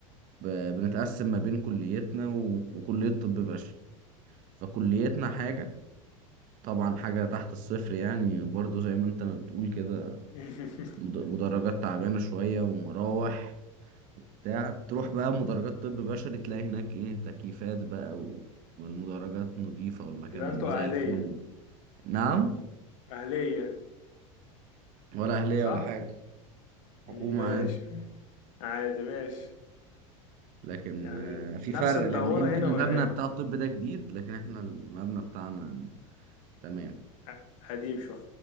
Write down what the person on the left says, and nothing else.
<laughs>
يبقى انتوا
أهلية
أهلية
صح؟
ماشي
ماشي عادي ماشي
يعني
نفس
الدورة
هنا
وهناك
ق- قديم شوية